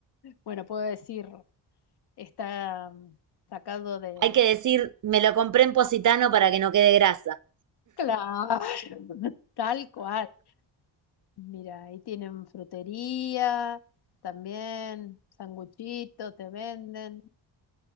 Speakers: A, on the left; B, on the right.
A: bueno, puedo decir, está mm, sacado de,
B: Hay que decir, me lo compré en Positano para que no quede grasa.
A: Claro, <laughs> tal cual. Mira, ahí tienen frutería, también sanguchito, te venden.